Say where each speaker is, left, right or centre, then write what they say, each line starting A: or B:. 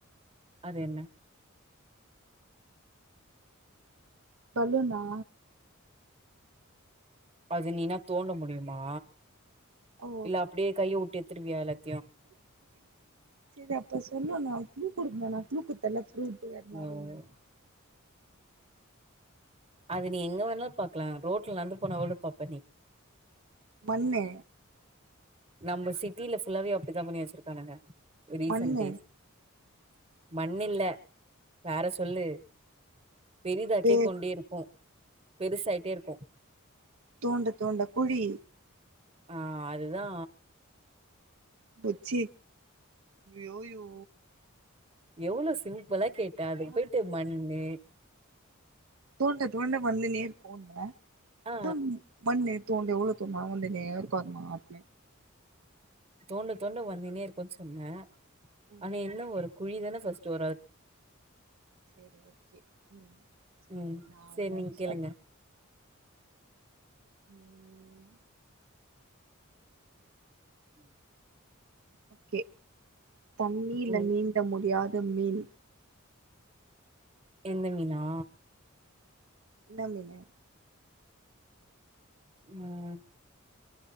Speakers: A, on the right; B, on the right.
A: அது என்ன
B: பலுனா
A: அது நீ என்ன தோண்ட முடியுமா
B: ஓ
A: இல்ல அப்டியே கைய வுட்டு எத்துருவியா எல்லாத்
B: சேரி அப்ப சொல்லோனு நா க்ளூ குடுக்குணு நா க்ளூ குடுத்தல்ல ஃப்ரூட் அது மாரின்னு
A: ம் அது நீ எங்க வேணால் பாக்கலா ரோட்ல நடந்து போனா கூட பாப்ப நீ
B: மண்ணு
A: நம்ம சிட்ல ஃபுல்லவே அப்டித்தா பண்ணி வச்சிருக்கானுங்க ரீசெண்ட்
B: மண்ணு
A: டேஸ் மண் இல்ல வேற சொல்லு பெரிதாகேக்குண்டே
B: அப்படியே
A: இருக்கு பெருசாய்டே இருக்கு
B: தோண்ட தோண்ட குழி
A: ஆ அதுதா
B: ஓச்சி யோ யோ
A: எவ்ளோ சிம்பிளா கேட்டே அதுக்கு
B: ஆ
A: போயிட்டு மண்ணு
B: தோண்ட தோண்ட வந்துனே இருக்குன
A: ஆ
B: அதா மண்ணு தோண்ட எவளோ தோண்னாலு வந்துன்னே இருக்கு <inaudible>
A: தோண்ட தோண்ட வந்துனே இருக்குன் சொன்ன
B: ம்
A: ஆனா என்ன வரு குழிதானே ஃபர்ஸ்ட் வரு அ
B: செரி ஓகே ம் சேரி
A: ம்
B: நா
A: சேரி நீங்க
B: ஒன்னு
A: கேளுங்க
B: சொல் ம்
A: உம்
B: ஒகே தண்ணீல
A: ம்
B: நீந்த முடியாத மீன்
A: எந்த மீனா
B: என்னா மீனு
A: ம்